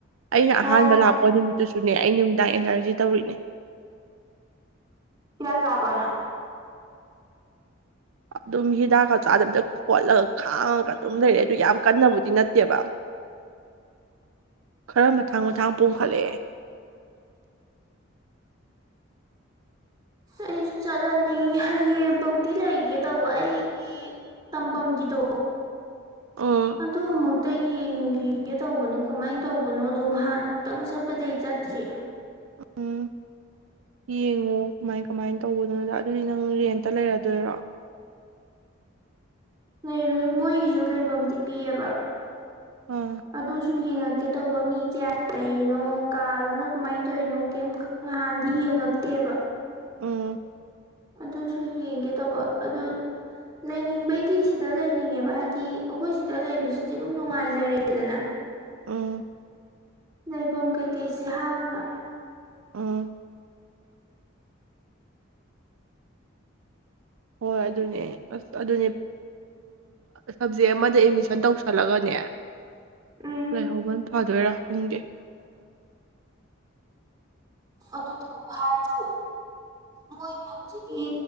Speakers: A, on the right; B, on the right.
A: ꯑꯩꯅ ꯑꯍꯥꯟꯕ
B: ꯑꯣ
A: ꯂꯥꯛꯄ ꯅꯨꯃꯤꯠ ꯇꯨꯁꯨꯅꯦ ꯑꯩ ꯅꯨꯃꯤꯗꯥꯡ ꯑꯦꯂꯔꯖꯤ ꯇꯧꯔꯤꯅꯦ
B: ꯍꯤꯗꯥꯛ ꯆꯥꯕꯔꯣ ꯅꯪ
A: ꯑꯗꯨꯝ ꯍꯤꯗꯥꯛꯀꯠ ꯆꯥꯗꯕꯤꯗ ꯈꯣꯠꯂꯒ ꯈꯥꯡꯉꯒ ꯑꯗꯨꯝ ꯂꯩꯔꯦ ꯑꯗꯨ ꯌꯥꯝ ꯀꯟꯅꯕꯨꯗꯤ ꯅꯠꯇꯦꯕ ꯈꯔ ꯃꯊꯪ ꯃꯊꯪ ꯄꯣꯈꯠꯂꯛꯑꯦ
B: ꯑꯩꯁꯨ ꯆꯠꯂꯅꯤ ꯍꯌꯦꯡꯐꯧꯇꯤ ꯂꯩꯒꯦ ꯇꯧꯕ ꯑꯩꯒꯤ ꯇꯐꯝꯒꯤꯗꯣ
A: ꯑꯥ
B: ꯑꯗꯨ ꯑꯃꯨꯛꯇ ꯌꯦꯡꯉꯨꯒꯤ ꯒꯦ ꯇꯧꯕꯅꯤ ꯀꯃꯥꯏꯅ ꯇꯧꯕꯅꯣꯗꯣꯅꯍꯥꯟ ꯑꯃꯨꯛꯇꯪ ꯆꯠꯄꯗꯤ ꯆꯠꯇ꯭ꯔꯤ
A: ꯎꯝ ꯌꯦꯡꯉꯣ ꯀꯃꯥꯏ ꯀꯃꯥꯏꯅ ꯇꯧꯕꯗꯨꯅꯣꯗ ꯑꯗꯨꯗꯤ ꯅꯪ ꯔꯦꯟꯇ ꯂꯩꯔꯗꯣꯏꯔꯣ
B: ꯂꯩꯔꯣꯏ ꯃꯣꯏꯒꯤꯁꯨ ꯂꯩꯐꯝꯗꯤ ꯄꯤꯑꯦꯕ
A: ꯑꯥ
B: ꯑꯗꯨꯁꯨ ꯌꯦꯡꯉꯛꯀꯦ ꯇꯧꯕ ꯃꯤ ꯀꯌꯥ ꯂꯩꯔꯤꯅꯣ ꯀꯥꯗꯨꯅ ꯀꯃꯥꯏꯅ ꯇꯧꯔꯤꯅꯣ ꯀꯩꯝ ꯅꯍꯥꯟꯗꯤ ꯌꯦꯡꯉꯛꯇꯦꯕ
A: ꯎꯝ
B: ꯑꯗꯨꯁꯨ ꯌꯦꯡꯒꯦ ꯇꯧꯕ ꯑꯗꯨ ꯂꯩꯅꯤꯡꯕꯩꯗꯤ ꯁꯤꯗ ꯂꯩꯅꯤꯡꯉꯦꯕ ꯍꯥꯏꯗꯤ ꯑꯩꯈꯣꯏ ꯁꯤꯗ ꯂꯩꯕꯁꯤꯗꯤ ꯑꯗꯨꯝ ꯅꯨꯡꯉꯥꯏꯖꯔꯦꯗꯅ
A: ꯑꯝ
B: ꯂꯩꯐꯝ ꯀꯩꯀꯩꯁꯦ ꯍꯥꯡꯅꯥ
A: <inaudible> ꯍꯣꯏ ꯑꯗꯨꯅꯦ ꯑꯁ ꯑꯗꯨꯅꯦ ꯁꯞꯖꯦꯛ ꯑꯃꯗ ꯑꯦꯠꯃꯤꯁꯟ ꯇꯧꯁꯜꯂꯒꯅꯦ
B: ꯎꯝ
A: ꯂꯩꯍꯧꯕꯅꯥ ꯐꯥꯗꯣꯏꯔꯥ ꯈꯪꯗ°
B: ꯑꯗꯨꯗꯨ ꯍꯥꯏꯗꯨ ꯃꯣꯏꯒꯤ ꯍꯧꯖꯤꯛꯀꯤ